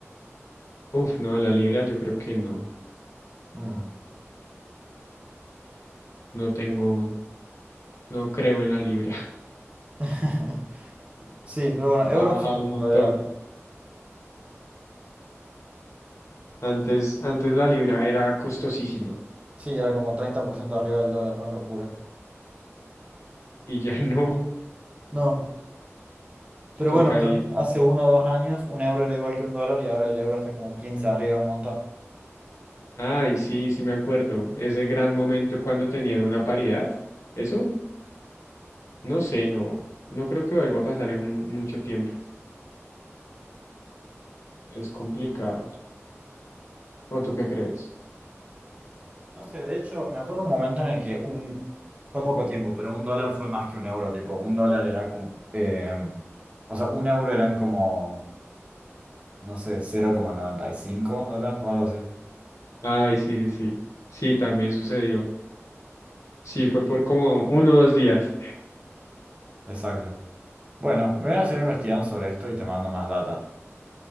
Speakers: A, on the left; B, on the right.
A: Uf, no, la libra yo creo que no.
B: Mm.
A: No tengo, no creo en la libra. <laughs>
B: <laughs> Sí, pero bueno, euros
A: Ha bajado
B: sí que
A: un montón.
B: vale la pena.
A: Antes, antes la libra era costosísima
B: Sí, era como 30% arriba del dólar, una locura.
A: y ya <laughs> no
B: No, pero
A: toca
B: bueno, también
A: ir.
B: hace uno o dos años un euro era igual que un dólar y ahora el euro está como 15 arriba, un montón.
A: Ay, sí, sí me acuerdo. Ese gran momento cuando tenían una paridad. Eso, no sé, no, no creo que vuelva a pasar en un- mucho tiempo. Es complicado. ¿O tú qué crees?
B: No sé, de hecho, me acuerdo un momento en el que un, fue poco tiempo, pero un dólar fue más que un euro, tipo, un dólar era como, eh, o sea, un euro eran como, no sé, cero coma noventa y cinco dólares o algo así.
A: Ay, sí, sí, sí. Sí, también sucedió. Sí, fue por como uno o dos días.
B: Exacto. Bueno, me voy a seguir
A: Sí.
B: investigando sobre esto y te mando más data.